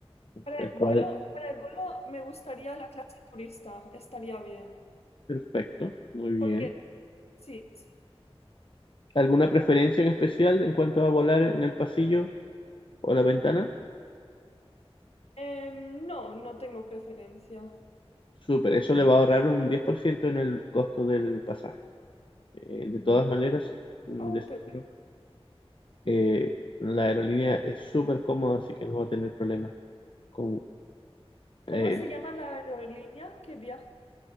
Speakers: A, on the left; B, on the left.
A: Para
B: el
A: el
B: cual
A: vuelo, para el vuelo me gustaría la clase turista, estaría bien.
B: perfecto, muy bien.
A: Porque, sí. sí.
B: ¿Alguna preferencia en especial en cuanto a volar en el pasillo o la ventana?
A: Em, no, no tengo preferencia.
B: Súper, eso le va a ahorrar un 10% en el costo del pasaje. Eh, de todas maneras, mm,
A: Oh,
B: de seguro
A: perfecto.
B: Eh, la aerolínea es súper cómoda, así que no va a tener problemas con eh,
A: ¿Cómo se
B: lo-
A: llama la aerolínea que viaja?